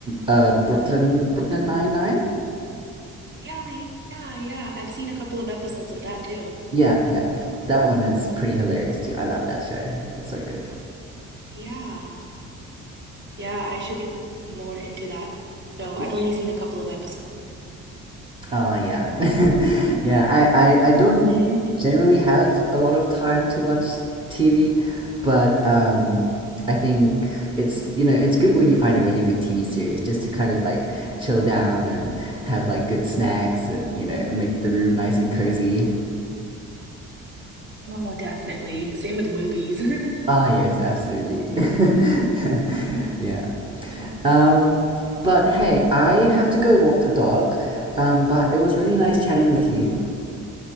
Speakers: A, on the right; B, on the right.
A: uh Brooklyn Brooklyn Nine Nine.
B: Yeah, yeah, yeah. I've seen a couple of episodes of that too.
A: Yeah, yeah, yeah. That one is pretty hilarious too. I love that show. It's so good.
B: Yeah. Yeah, I should get m- more into that. So
A: Yeah.
B: I've only seen a couple of episodes.
A: Oh yeah, <laughs> yeah. I, I I don't
B: <laughs>
A: generally have a lot of time to watch TV, but um, I think it's you know it's good when you find a really good TV series just to kind of like chill down and have like good snacks and you know make the room nice and cozy.
B: Oh, definitely. Same with movies.
A: Ah
B: <laughs>
A: yes, absolutely. <laughs> Yeah. Um, but hey, I have to go walk the dog. Um, but it was really nice chatting with you.